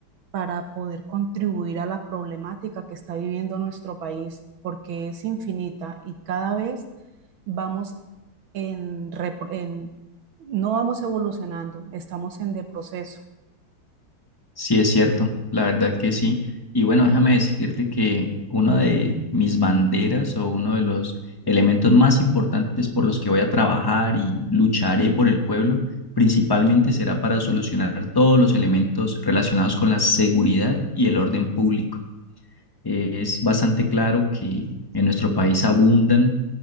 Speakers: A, on the right; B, on the left.
A: para poder contribuir a la problemática que está viviendo nuestro país, porque es infinita y cada vez vamos en, repro- en- no vamos evolucionando, estamos en de proceso.
B: Sí, es cierto, la verdad que sí. Y bueno, déjame decirte que una de mis banderas o uno de los elementos más importantes por los que voy a trabajar y lucharé por el pueblo, principalmente será para solucionar todos los elementos relacionados con la seguridad y el orden público eh, es bastante claro que en nuestro país abundan,